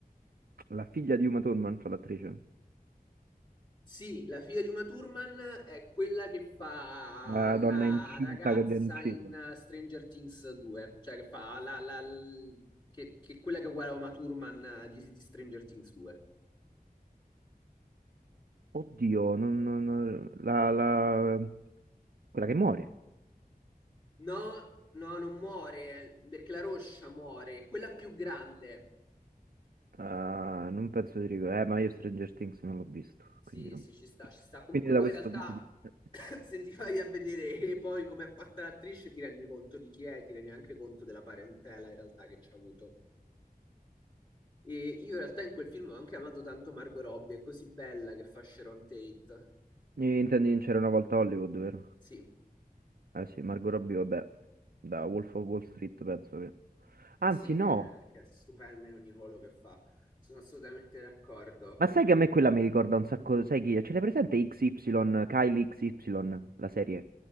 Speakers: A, on the right; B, on the left.
A: La figlia di Uma Thurman fa l'attrice.
B: Sì, la figlia di Uma Thurman è quella che fa
A: La
B: la
A: donna incinta
B: ragazza
A: che viene uccisa.
B: in eh, Stranger Things 2, cioè che fa la, la- l- che, che è quella che è uguale a Uma Thurman eh, di, di Stranger Things 2.
A: Oddio, non, non- non- la, la- quella che muore.
B: No, no, non muore, perché la roscia muore, quella più grande.
A: Ah, non penso di ricordare. Eh, ma io Stranger Things non l'ho visto,
B: Sì,
A: quindi non-
B: sì, ci sta, ci sta. Comunque
A: Quindi da
B: poi
A: questo
B: in realtà
A: punto di vista...
B: <coughs> se ti vai a vedere poi come è fatta l'attrice ti rendi conto di chi è, ti rendi anche conto della parentela in realtà che ci ha avuto. E io in realtà in quel film ho anche amato tanto Margot Robbie, è così bella che fa Sharon Tate.
A: Eh, Intendi in c'era una volta a Hollywood, vero?
B: Sì,
A: Eh sì, Margot Robbie, vabbè, da Wolf of Wall Street penso che... Anzi
B: sì,
A: no,
B: che, che è stupenda in ogni ruolo che fa. Sono assolutamente d'accordo.
A: ma sai che a me quella mi ricorda un sacco, sai chi è? Ce l'hai presente XY, Kylie XY, la serie?